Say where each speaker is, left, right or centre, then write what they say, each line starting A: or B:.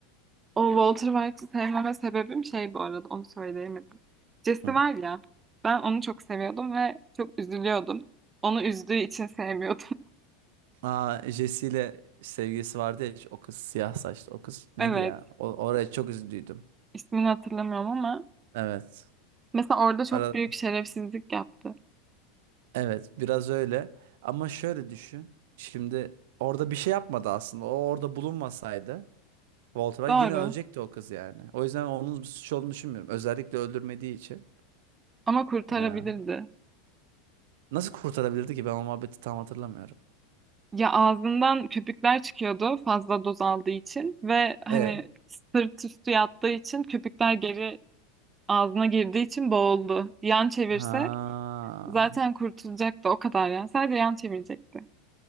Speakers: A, on the right; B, on the right.
A: o Walter White'ı sevmeme sebebim şey bu arada onu söyleyemedim. Jesse
B: Hı.
A: var ya ben onu çok seviyordum ve çok üzülüyordum. Onu üzdüğü için sevmiyordum. <laughs>
B: Aa, Jesse ile sevgilisi vardı ya o kız siyah saçlı o kız neydi
A: Evet.
B: ya? O, oraya çok üzüldüydüm.
A: İsmini hatırlamıyorum ama
B: Evet.
A: mesela orada çok
B: Ara,
A: büyük şerefsizlik yaptı.
B: Evet, biraz öyle. Ama şöyle düşün. Şimdi orada bir şey yapmadı aslında. O orada bulunmasaydı Walter White
A: Doğru.
B: yine ölecekti o kız yani. O yüzden onun suç olduğunu düşünmüyorum. Özellikle öldürmediği için.
A: Ama kurtarabilirdi.
B: Ee, nasıl kurtarabilirdi ki? Ben o muhabbeti tam hatırlamıyorum.
A: Ya ağzından köpükler çıkıyordu fazla doz aldığı için ve hani
B: E.
A: sırt üstü yattığı için köpükler geri ağzına girdiği için boğuldu. Yan çevirse
B: Ha.
A: zaten kurtulacaktı o kadar yani. Sadece yan çevirecekti.